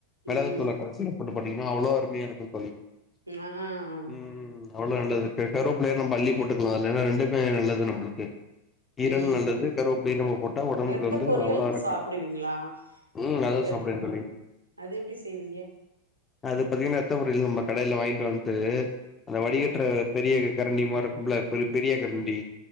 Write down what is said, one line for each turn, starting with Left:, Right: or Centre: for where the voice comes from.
Left: மெளகுத்தூள
Right: ம்
Left: கடைசில போட்டு பண்ணீங்கன்னா அவ்ளோ அருமயா இருக்கு தோழி
Right: ஆ
Left: ம் அவ்ளோ நல்லது கருவேப்பில இல்ல மல்லி போட்டுக்கலா அதுல ஏனா ரெண்டுமே நல்லது நம்மளுக்கு ஈரல்
Right: ம்
Left: நல்லது
Right: ம்
Left: கருவேப்பிள்ளயும் நம்ம போட்டா ஒடம்புக்கு
Right: ரத்த
Left: வந்து
Right: பொரியல்
Left: அவ்ளோ இருக்கு
Right: சாப்பிடுவீங்களா ரத்த
Left: ம் நல்லா
Right: பொரியல்
Left: சாப்டுவேன் தோழி
Right: அது எப்டி செய்வீங்க?
Left: அது பாத்தீங்கனா ரத்த பொரியல் நம்ம கடைல வாங்கிட்டு வண்டு அந்த வடிகற்ற
Right: ம்
Left: பெரிய கரண்டி மாருக்குமல்ல கொஞ்சோ பெ பெரிய கரண்டி